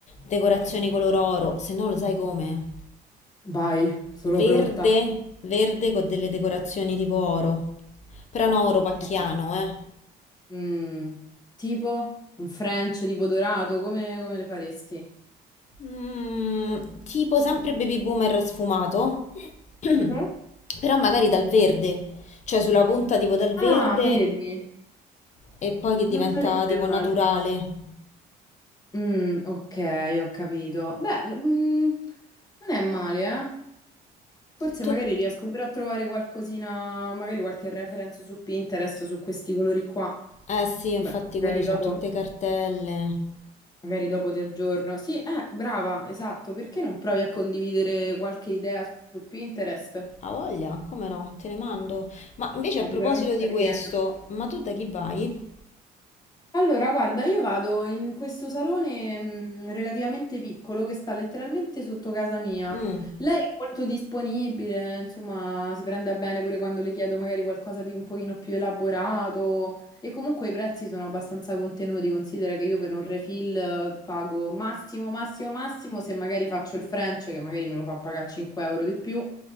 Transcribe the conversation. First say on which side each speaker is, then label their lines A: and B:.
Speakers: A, on the left; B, on the left.
A: decorazioni color oro, se no lo sai come?
B: Vai, sono
A: Verde,
B: pronta.
A: verde con delle decorazioni tipo oro. Però no, oro pacchiano,
B: Eh.
A: eh.
B: Mm, tipo un French tipo dorato, come, come le faresti?
A: Mm, tipo sempre baby boomer sfumato, <clears throat>
B: Mhm.
A: però magari dal verde, cioè sulla punta tipo dal verde
B: Ah, vedi,
A: e poi che diventa
B: non sarebbe
A: tipo
B: male.
A: naturale.
B: Mm, ok, ho capito. Beh, n- mm, non è male, eh? Forse
A: Tu...
B: magari riesco pure a trovare qualcosina, magari qualche reference su Pinterest su questi colori qua.
A: Eh sì, infatti
B: Beh, magari
A: quelli
B: dopo.
A: c'ho tutte cartelle.
B: Magari dopo ti aggiorno. Sì, eh, brava, esatto. Perché non provi a condividere qualche idea su su Pinterest?
A: A voglia, come no, te le mando. Ma invece
B: Eh,
A: a proposito
B: sicuramente
A: di
B: fai
A: questo,
B: piena.
A: ma tu da chi vai?
B: Allora, guarda, io vado in questo salone mh, relativamente piccolo che sta letteralmente sotto casa mia.
A: Mm.
B: Lei è molto disponibile, insomma, si prende a bene pure quando le chiedo magari qualcosa di un pochino più elaborato e comunque i prezzi sono abbastanza contenuti. Considera che io per un refill eh, pago massimo, massimo, massimo, se magari faccio il French, che magari me lo fa pagare 5 euro di più,